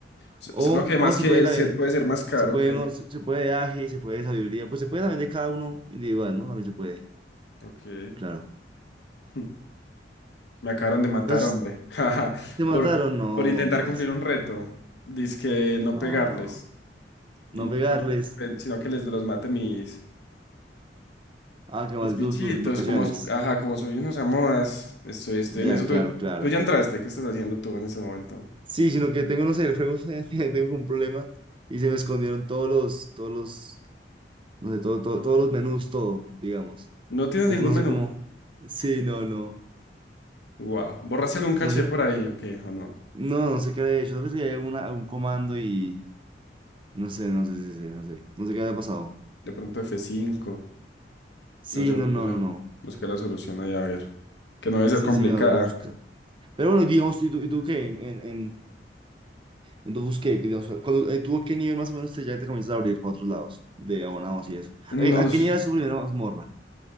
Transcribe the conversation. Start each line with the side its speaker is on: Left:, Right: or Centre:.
Left: S-
Right: O,
Left: Solo que además
Right: o se
Left: que
Right: puede
Left: el
Right: también,
Left: set puede ser más caro
Right: se puede,
Left: que...
Right: uno, se, se puede de aje, se puede de sabiduría, pues se puede también de cada uno individual, ¿no? También se puede,
Left: Ok.
Right: claro.
Left: <laughs> Me acabaron de matar,
Right: Entonces,
Left: hombre. <laughs> Jaja,
Right: ¿te mataron?
Left: Por,
Right: No,
Left: por intentar
Right: ¿cómo
Left: cumplir
Right: así?
Left: un reto. Dizque no pegarles.
Right: No, no.
Left: Y
Right: No
Left: no
Right: pegarles.
Left: que lo maten, sino que les los mate mis,
Right: Ah, que más
Left: mis bichitos.
Right: tus, tus invocaciones.
Left: Como, s- ajá, como soy unos amoas. Estoy, estoy
Right: Ya,
Left: en eso.
Right: claro,
Left: Tú,
Right: claro.
Left: tú ya entraste. ¿Qué estás haciendo tú en este momento?
Right: Sí, sino que tengo, no sé, el juego, <laughs> tengo un problema y se me escondieron todos los, todos los no sé, todo, todo- todos los menús, todo, digamos.
Left: No tienes
Right: Entonces
Left: ningún
Right: no
Left: menú.
Right: sé cómo, sí, no, no,
Left: Wow. ¿Borraste algún caché
Right: no sé,
Left: por ahí? Ok, o no.
Right: no, no sé qué había hecho, tal vez le había una- un comando y no sé, no sé, sí, sí, no sé, no sé qué había pasado.
Left: De pronto f cinco.
Right: Sí,
Left: No sé, busca,
Right: no, no, no, no,
Left: busca la solución ahí a ver. Que no debe
Right: sí,
Left: ser complicada.
Right: sí, me lo tengo que buscar. Pero bueno, digamos, ¿y tú, y tú qué? En, en, en en tu busqué, que, digamos, cuando, eh, ¿tú a qué nivel más o menos te, ya te comienzas a abrir para otros lados, de abonados y eso? ¿A, qué
Left: Nos.
Right: a qué nivel es tu primera mazmorra?